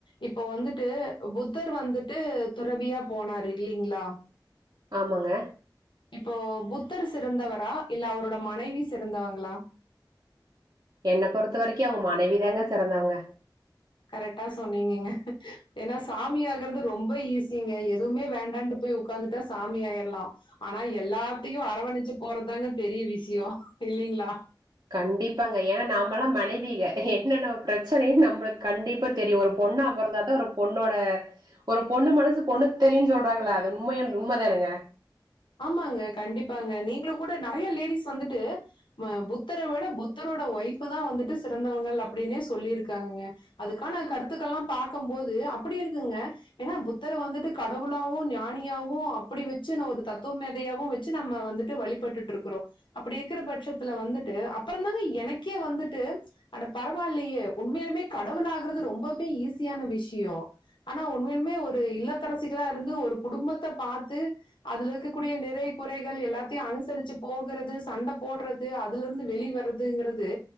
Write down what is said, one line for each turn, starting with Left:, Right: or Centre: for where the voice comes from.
Left: இப்பொ வந்துட்டு புத்தர் வந்துட்டு துறவியா போனாரு இல்லேங்ளா
Right: ஆமாங்க
Left: இப்போ புத்தர் சிறந்தவரா இல்ல அவரோட மனைவி சிறந்தவங்ளா
Right: என்ன பொறுத்த வரைக்கு அவங்க மனைவி தாங்க சிறந்தவங்க
Left: கரெட்டா சொன்னீங்கங்க ஏன்னா சாமியாகுறது ரொம்ப ஈஸிங்க எதுவ்மே வேண்டான்ட்டு போய் உக்காந்துட்டா சாமி ஆயிற்லா ஆனா எல்லாத்தையு அரவணச்சு போறத்தாங்க பெரிய விஷ்யோ இல்லேங்ளா
Right: கண்டிப்பாங்க ஏன்னா நாமல்லா மனைவிக என்னென்ன பிரச்சனை நம்மளுக்கு கண்டிப்பா தெரியு ஒரு பொண்ணா பொறந்த ஒரு பொண்ணோட ஒரு பொண்ணு மனசு பொண்ணுக்கு தெரியுன்னு சொல்றாங்கள அது உண்மய உண்ம தானுங்க
Left: ஆமாங்க கண்டிப்பாங்க நீங்களு கூட நெறைய லேடிஸ் வந்துட்டு புத்தர விட புத்தரோட ஒய்ஃப தா வந்துட்டு சிறந்தவங்கள் அப்டீனே சொல்லிருக்காங்கங்க அதுக்கான கருத்துக்கள்லா பாக்கும்போது அப்படி இருக்குங்க ஏன்னா புத்தர வந்துட்டு கடவுளாவு ஞானியாவு அப்படி வச்சு ந ஒரு த தத்துவ மேதையாவு வச்சு நம்ம வந்துட்டு வழிபட்டுட் ருக்குறோ அப்படி இருக்கிற பட்சத்துல வந்துட்டு அப்புறொ தாங்க எனக்கே வந்துட்டு ஆட பரவால்லையே உண்மையாலுமே கடவுள் ஆகுறது ரொம்பவே ஈஸியான விஷ்யொ ஆனா உண்மையிலுமே ஒரு இல்லத்தரசிகளா இருந்து ஒரு குடும்பத்த பாத்து அதுலக்குற கூடிய நிறை குறைகள் எல்லாத்தையு அனுசரிச்சு போகுறது சண்ட போட்றது அதுலர்ந்து வெளி வற்துங்குறது